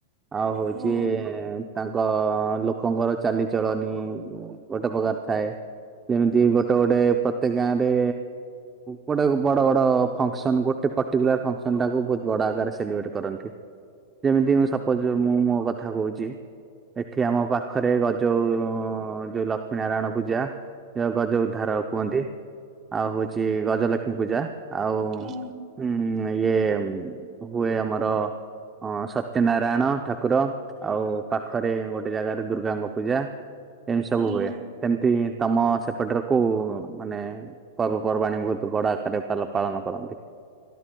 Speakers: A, on the right (about 15°); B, on the right (about 30°).
A: ଆଉ ହଉଛି।
B: ହୁଁ
A: ତାଙ୍କ ଲୋକଙ୍କର ଚାଲିଚଳଣି ଗୋଟେ ପ୍ରକାର ଥାଏ। ଯେମିତି ଗୋଟେ ଗୋଟେ ପ୍ରତ୍ୟେକ ଗାଁ ରେ। ଗୋଟେ ବଡ ବଡ ଫଙ୍କସନ ଗୋଟେ ପର୍ଟିକୁଲାର ଫସନ ଟାକୁ ବହୁତ ବଡ ଆଗ ସେଲିବ୍ରେଟ କରନ୍ତି। ଯେମିତି ସପୋଜ ମୁଁ ମୋ କଥା କହୁଛି। ଏଠି ଆମ ପାଖରେ ଗଜଉ ଯୋଉ ଲକ୍ଷ୍ମୀ ନାରାୟଣ ପୂଜା ଯ। ଗଜ ଉଦ୍ଧାର କୁହନ୍ତି ଆଉ ହଉଛି ଗଜଲକ୍ଷ୍ମୀ ପୂଜା ଆଉ।
B: ହୁଁ
A: ହୁଁ ଇଏ ହୁଏ ଆମର ଅ ସତ୍ୟ ନାରାୟଣ ଠାକୁର ଆଉ ପାଖରେ ଗୋଟେ ଜାଗାରେ ଦୁର୍ଗାଙ୍କ ପୂଜା ଏମିତି ସବୁ
B: ହୁଁ।
A: ହୁଏ ସେମିତି ତମ ସେପଟରେ କ ମାନେ ପର୍ବାଣୀ ବହୁତ ଗଡ ଆକାରରେ ପାଳନ କରନ୍ତି